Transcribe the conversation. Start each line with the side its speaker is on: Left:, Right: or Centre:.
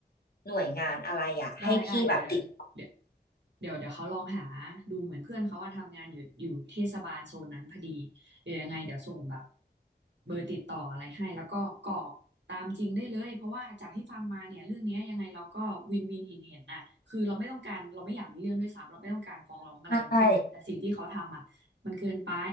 Left: หน่วยงานอะไรอ่ะให้พี่แบบติด
Right: ได้ได้เดี๋ยวเดี๋ยวเดี๋ยวเดี๋ยวเดี๋ยวเขาลองหาดูเหมือนเพื่อนเขาว่าทำงานอยู่อยู่เทศบาลโซนนั้นพอดีเดี๋ยวยังไงเดี๋ยวส่งแบบเบอร์ติดต่ออะไรให้แล้วก็กรอกตามจริงได้เลยเพราะว่าจากที่ฟังมาเนี่ยเรื่องเนี้ยยังไงเราก็วินวินเห็นเห็นน่ะคือเราไม่ต้องการเราไม่อยากมีเรื่องด้วยซ้ำเราไม่ต้องการฟ้องร้องอะไรทั้งสิ้นแต่สิ่งที่เขาทำอ่ะมันเกินไป
Left: ใช่